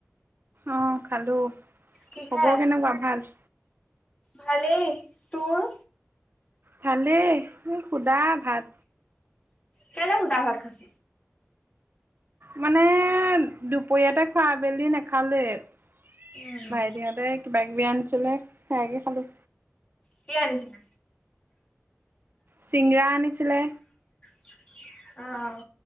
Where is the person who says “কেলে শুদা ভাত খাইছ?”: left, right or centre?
Left